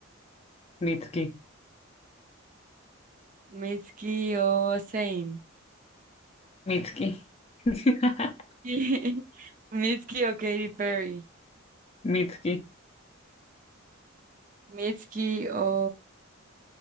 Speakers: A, on the left (about 30°); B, on the right (about 40°).
A: Mitski.
B: Mitski o Zayn.
A: Mitski. <laughs>
B: <laughs> Mitski o Katy Perry.
A: Mitski.
B: Mitski o